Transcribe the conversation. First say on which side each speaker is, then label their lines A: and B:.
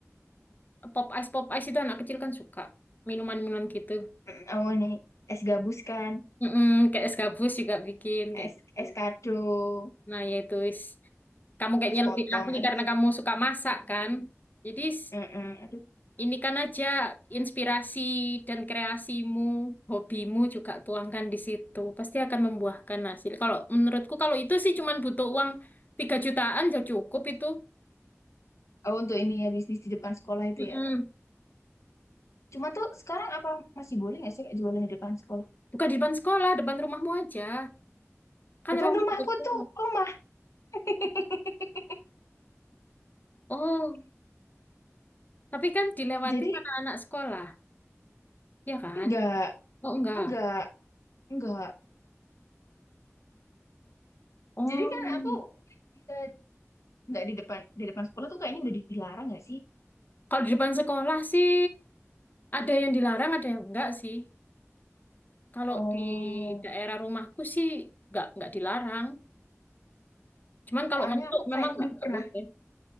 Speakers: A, on the left; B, on the left.
A: pop ice pop ice itu anak kecil kan suka minuman-minuman gitu.
B: mm, oh ini es gabus kan,
A: Mm-mm, kayak es gabus juga bikin
B: es
A: kayak gitu.
B: es kado,
A: Nah yaitu Kamu kayaknya
B: es potong.
A: lebih ahli
B: Aduh,
A: karena kamu suka masak kan. Jadi s-
B: mm-mm, aduh.
A: ini kan aja inspirasi dan kreasimu, hobimu juga tuangkan di situ. Pasti akan membuahkan hasil. Kalau menurutku kalau itu sih cuman butuh uang 3 jutaan ya cukup itu.
B: Oh untuk ini ya bisnis di depan sekolah itu
A: Mm-mm.
B: ya. Cuma tuh sekarang apa masih boleh nggak sih kayak jualan di depan sekolah?
A: Bukan di depan sekolah, depan rumahmu aja. Kan
B: Depan
A: ruangnya
B: rumahku
A: gede
B: tuh rumah. <laughs>
A: Oh, tapi kan dilewati
B: Jadi
A: anak-anak sekolah, ya kan?
B: enggak,
A: Oh, enggak.
B: enggak, enggak.
A: Oh,
B: Jadi kan aku mungkin bisa nggak di depan di depan sekolah tuh kayaknya udah dilarang nggak sih?
A: kalau di depan sekolah sih ada yang dilarang, ada yang enggak sih. Kalau
B: Oh,
A: di daerah rumahku sih enggak, enggak dilarang. Cuman kalau
B: soalnya
A: masuk
B: aku kayaknya
A: memang enggak,
B: dulu
A: enggak
B: pernah,
A: boleh.